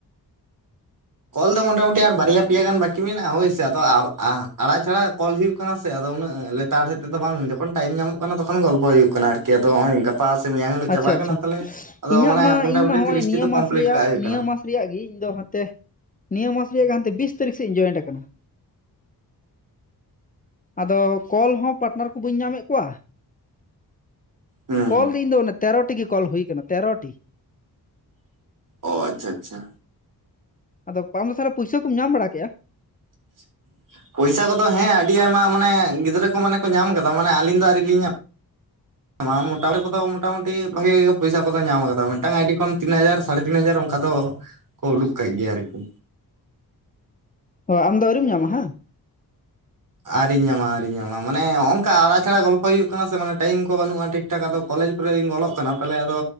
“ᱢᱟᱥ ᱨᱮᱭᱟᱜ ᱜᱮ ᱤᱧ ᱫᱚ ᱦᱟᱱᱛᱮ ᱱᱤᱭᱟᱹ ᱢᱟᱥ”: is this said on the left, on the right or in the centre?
Left